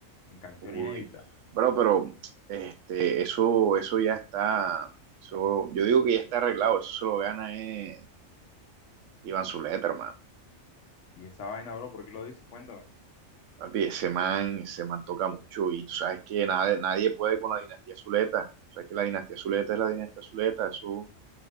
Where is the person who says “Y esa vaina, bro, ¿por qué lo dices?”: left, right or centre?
Left